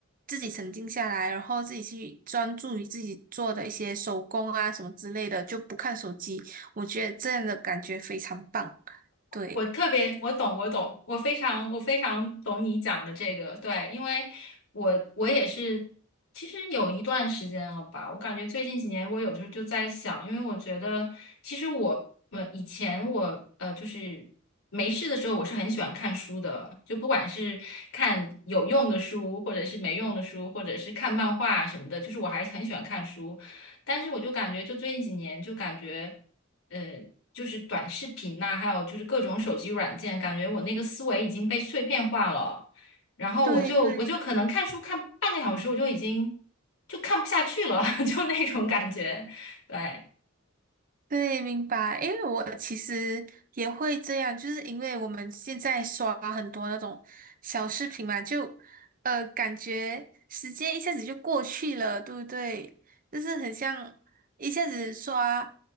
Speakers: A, on the right; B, on the left.
A: 自己沉静下来，然后自己去专注于自己做的一些手工啊什么之类的，就不看手机，我觉得这样的感觉非常棒。对，
B: 我特别，我懂，我懂，我非常，我非常懂你讲的这个，对，因为我我也是，其实有一段时间了吧，我感觉最近几年我有的时候就在想，因为我觉得其实我，呃，以前我呃就是没事的时候，我是很喜欢看书的，就不管是看有用的书，或者是没用的书，或者是看漫画什么的，就是我还很喜欢看书，但是我就感觉就最近几年就感觉。呃，就是短视频呐、还有就是各种手机软件，感觉我那个思维已经被碎片化了。然后我就我就可能看书看半个小时，
A: 对，对。
B: 我就已经就看不下去了，<laughs> 就那种感觉。对，
A: 对，明白。因为我其实也会这样，就是因为我们现在刷很多那种小视频嘛，就呃感觉时间一下子就过去了，对不对？就是很像一下子刷